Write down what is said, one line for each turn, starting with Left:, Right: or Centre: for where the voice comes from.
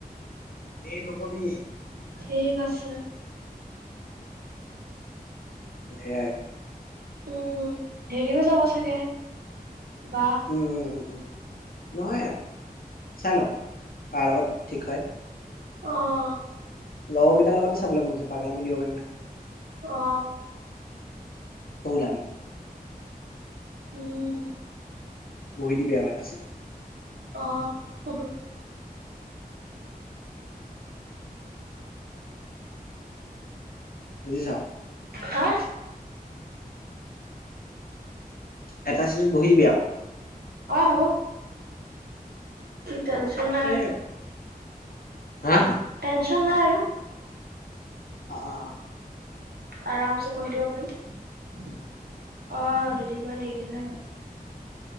Left: এ নকবি
Right: ঠিক আছে
Left: সেয়াই
Right: উম হেৰিও যাব চাগে বা
Left: উম উম উম উম নহয় চাই লওঁ কাৰ লগত ঠিক হয়
Right: অহঁ
Left: লগৰকেইটাৰ লগতে চাবলৈ মন যায় পাগলামি দিব পাৰিম না।
Right: অ
Left: তয়ো ওলাবি।
Right: উম,
Left: বহি দিবা আও এটা চিটত।
Right: অ হব।
Left: বুজিছা।
Right: হা,
Left: এটা চিতত বহি দিবি আৰু।
Right: অ, হব। টেনশন নাই আৰু।
Left: এ হা,
Right: টেনচন নাই আৰু
Left: অ-অ-অ,
Right: আৰামছে বহি দিব পাৰি। অহ দুদিনমান দেৰিকে যোৱাই ভাল।